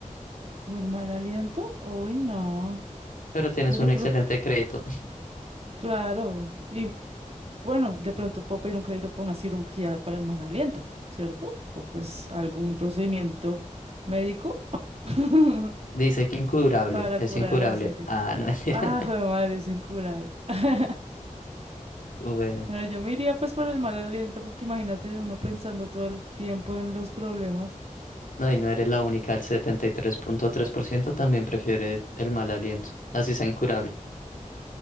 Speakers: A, on the right; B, on the left.
A: ¿O el mal aliento? Uy, no.
B: pero tienes
A: Pues
B: un
A: yo creo
B: excelente
A: que,
B: crédito.
A: claro. Y bueno, de pronto puedo pedir un crédito para una cirugía para el mal aliento, ¿cierto? O pues algún procedimiento médico <laughs>
B: <laughs> Dice que incurable,
A: para
B: es
A: curar
B: incurable.
A: eso. Yo...
B: Ah, no, <laughs> mentira.
A: Ah, joder, madre, es incurable. <laughs>
B: Bueno,
A: No, yo me iría pues por el mal aliento, porque imagínate uno pensando todo el tiempo en los problemas.
B: no, y no eres la única, el setenta y tres tres punto tres por ciento también prefiere el mal aliento, así sea incurable.